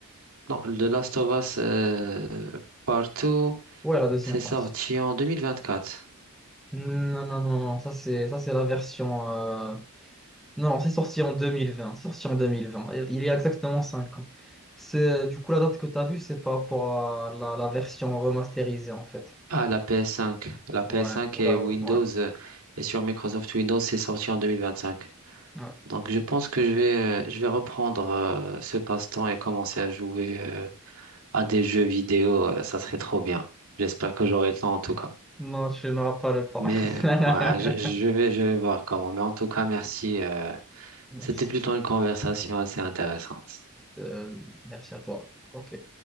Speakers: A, on the right; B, in the centre.
A: non, The Last of Us euh, Partout,
B: Ouais, la deuxième
A: c'est sorti
B: passe.
A: en 2024.
B: Non, non, non, non, ça c'est ça c'est la version. euh, Non, non, c'est sorti en 2020 C'est sorti en deux mille vingt il y a exactement 5 ans. C'est du coup la date que tu as vue, c'est par rapport à la, la version remasterisée en fait.
A: Ah, la PS5. La PS5
B: Ouais, oula,
A: et Windows,
B: oula, ouais.
A: euh, et sur Microsoft Windows, c'est sorti en 2025.
B: ouais.
A: Donc, je pense que je vais, euh, je vais reprendre euh, ce passe-temps et commencer à jouer. euh, à des jeux vidéo, euh, ça serait trop bien. J'espère que j'aurai le temps en tout cas.
B: Non, tu n'auras pas le temps.
A: Mais
B: <laughs>
A: ouais, je, je vais, je vais voir comment. Mais en tout cas, merci. euh,
B: Merci.
A: c'était plutôt une conversation assez intéressante.
B: Euh, merci à toi. Ok.